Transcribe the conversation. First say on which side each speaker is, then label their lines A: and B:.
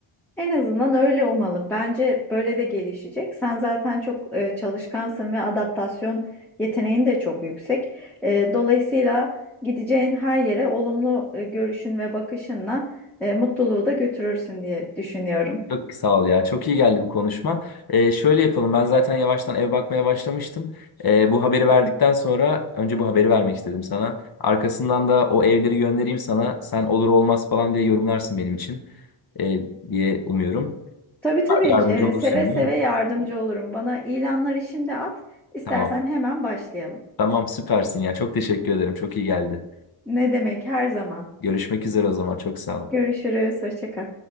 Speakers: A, in the centre; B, on the left (about 45°).
A: En azından öyle umalım. Bence böyle de gelişecek. Sen zaten çok e, çalışkansın ve adaptasyon yeteneğin de çok yüksek. E, dolayısıyla gideceğin her yere olumlu e, görüşün ve bakışınla e, mutluluğu da götürürsün diye düşünüyorum.
B: Çok sağ ol ya. Çok iyi geldi bu konuşma. Ee, şöyle yapalım. Ben zaten yavaştan ev bakmaya başlamıştım. Ee, bu haberi verdikten sonra önce bu haberi vermek istedim sana. Arkasından da o evleri göndereyim sana. Sen olur olmaz falan diye yorumlarsın benim için Ee, diye umuyorum.
A: Tabii tabii
B: Yardımcı
A: e,
B: olursun
A: seve seve
B: değil mi?
A: yardımcı olurum. Bana ilanları şimdi at. İstersen
B: Tamam.
A: hemen başlayalım.
B: Tamam süpersin ya. Çok teşekkür ederim. Çok iyi geldi.
A: Ne demek her zaman.
B: Görüşmek üzere o zaman. Çok sağ ol.
A: Görüşürüz. Hoşça kal.